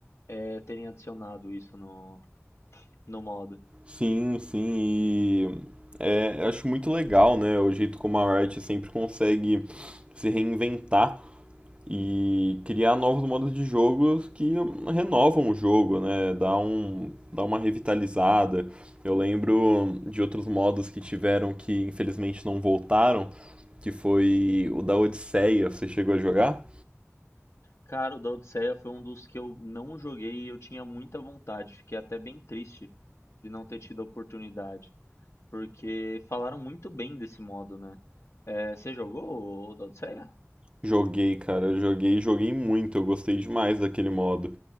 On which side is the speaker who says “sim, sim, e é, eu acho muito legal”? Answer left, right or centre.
Right